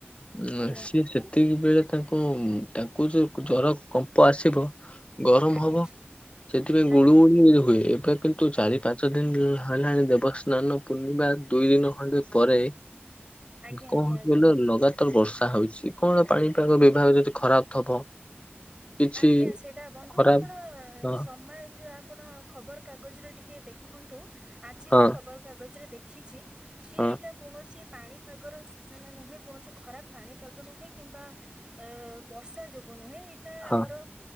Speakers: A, on the left; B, on the right.
A: ଉଁ
B: ଆଜ୍ଞା
A: ସେତିକି ବେଳେ ତାଙ୍କୁ ତାଙ୍କୁ ଯୋଉ ଜର କମ୍ପ ଆସିବ ଗରମ
B: ଆଜ୍ଞା
A: ହବ ସେଥିପାଇଁ
B: ଆଜ୍ଞା
A: ଗୁଳୁ ଗୁଳି ହୁଏ ଏବେ କି ନ୍ତୁ ଚାରି ପାଞ୍ଚ ଦିନ ହେଲାଣି ଦେବସ୍ନାନ ପୂର୍ଣ୍ଣିମା ଦୁଇ ଦିନ ଖଣ୍ଡେ ପରେ
B: ଆଜ୍ଞା
A: କଣ
B: ଆଜ୍ଞା
A: ହଉଛି
B: ଆଜ୍ଞା
A: କଇଲ ଲଗାତାର ବର୍ଷା ହଉଛି କଣ ପାଣିପାଗ ବିଭାଗ ଯଦି ଖରାପ ଥବ। କିଛି
B: ଆଜ୍ଞା ସେଇଟା ବନ୍ଧୁ
A: ଖରାପ
B: ଆପଣ
A: ହଁ
B: ସମାଜ ଆପଣ ଖବର କାଗଜ ରେ ଟିକେ ଦେଖନ୍ତୁ ଆଜି
A: ହଁ
B: ମୁଁ ଖବର କାଗଜ ରେ ଦେଖିଛି କି
A: ହଁ
B: ଏଇଟା କୌଣସି ପାଣି ପାଗର ସୂଚନା ନୁହେଁ କୌଣସି ଖରାପ ପାଣି ପାଗ ନୁହେଁ କିମ୍ବା ଅ ବର୍ଷା ଯୋଗୁ ନୁହେଁ ତା
A: ହଁ
B: ଆମର